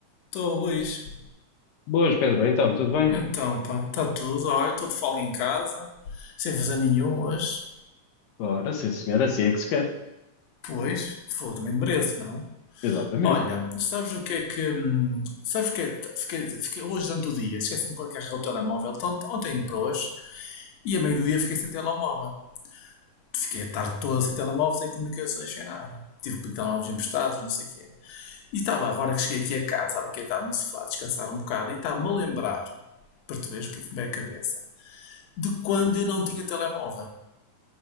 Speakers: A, on the left; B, on the left.
A: Estou, Luís.
B: Boas, Pedro. Então, tudo bem?
A: Então, pá, está tudo. Olha, estou de folga em casa, sem fazer nenhum hoje.
B: Ora, sim, senhora, assim é que se quer.
A: Pois, foda, também mereço, não?
B: Exatamente.
A: Olha, sabes o que é que. hum, Sabes o que é. Fiquei, fiquei hoje durante o dia, esqueci-me de pôr a carregar o telemóvel, de ontem para hoje, e a meio do dia fiquei sem telemóvel. Fiquei a tarde toda sem telemóvel, sem comunicações, sem nada. Tive que pedir telemóveis emprestados, não sei o quê. E estava, agora que cheguei aqui a casa, estava aqui a estar no sofá, a descansar um bocado, e estava-me a lembrar, para tu veres o que é que me veio à cabeça. de quando eu não tinha telemóvel.